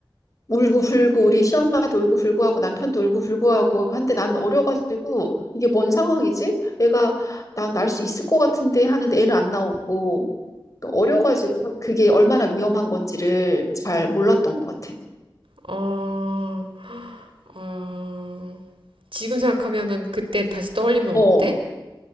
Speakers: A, on the left; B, on the right.
A: 울고 불고 우리 시엄마도 울고 불고 하고 남편도 울고 불고 하고 한데 나는 어려가지고 이게 뭔 상황이지? 애가 난 날 수 있을 것 같은데 하는데 애는 안 나오고 어려가지고 그게 얼마나 위험한 건지를 잘 몰랐던 것 같아.
B: 아, 아. 지금 생각하면은 그때 다시 떠올리면
A: 어,
B: 어때?